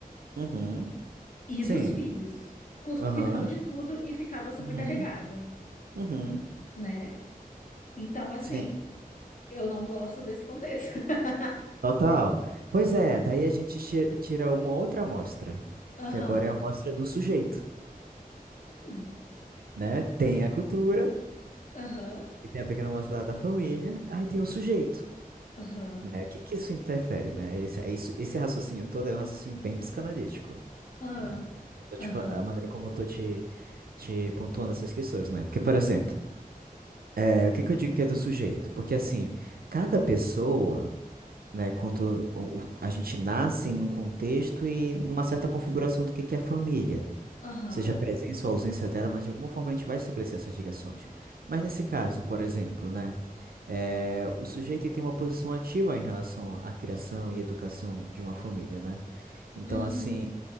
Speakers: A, on the right; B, on the left.
A: Uhum.
B: e
A: Sim.
B: dos filhos. Cu-
A: Aham.
B: Cuidava de tudo e ficava sobrecarregada,
A: Uhum. Uhum.
B: né? Então, assim,
A: Sim.
B: eu não gosto desse contexto. <laughs>
A: Total. Pois é, daí a gente chi- tira uma outra amostra,
B: Aham.
A: que agora é a amostra do sujeito,
B: Hum.
A: né? Tem a cultura,
B: Aham.
A: e tem a pequena amostra lá da família, aí tem o sujeito.
B: Aham.
A: né? O que que isso interfere, né? Esse, é isso, esse raciocínio todo é um raciocínio bem psicanalítico,
B: Aham.
A: né? Eu tô te
B: Aham.
A: fa- a maneira como eu tô te, te pontuando essas questões, né? Porque, por exemplo, é, o que que eu digo que é do sujeito? Porque, assim, cada pessoa, né, quando o- o- a gente nasce num contexto e numa certa configuração do que que é família,
B: Aham.
A: seja a presença ou a ausência dela, mas de alguma forma a gente vai estabelecer essas ligações. Mas nesse caso, por exemplo, né? É, o sujeito ele tem uma posição ativa em relação à criação e educação de uma família, né? Então,
B: Uhum.
A: assim,